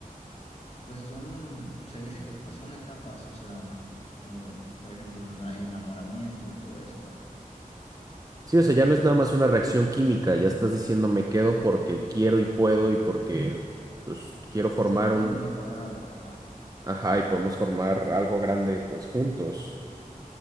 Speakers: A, on the left (about 45°); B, on the right (about 25°).
A: Pues son, se dice que pues son etapas, o sea, eh, por ejemplo, el ena- enamoramiento y todo esto,
B: Sí, o sea, ya no es nada más una reacción química, ya estás diciendo me quedo porque quiero y puedo y porque pues quiero
A: porque
B: formar
A: sé que podemos
B: un,
A: mejorar o, ajá,
B: ajá, y podemos formar algo grande pues juntos.